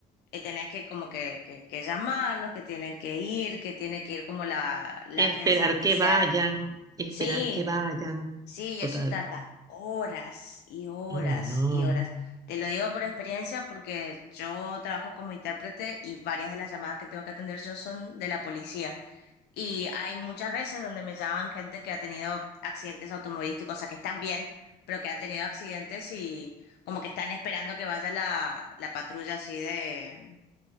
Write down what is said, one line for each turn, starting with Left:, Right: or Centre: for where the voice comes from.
Left: eh, tenés que como que, que, que llamarlos, que tienen que ir, que tiene que ir como la, la agencia
Right: Esperar
Left: especial.
Right: que vayan, esperar
Left: Sí,
Right: que vayan,
Left: sí, y
Right: total.
Left: eso tarda horas y horas
Right: Ay no.
Left: y horas. Te lo digo por experiencia porque yo trabajo como intérprete y varias de las llamadas que tengo que atender yo son de la policía. Y hay muchas veces donde me llaman gente que ha tenido accidentes automovilísticos, o sea, que están bien, pero que han tenido accidentes y como que están esperando que vaya la, la patrulla así de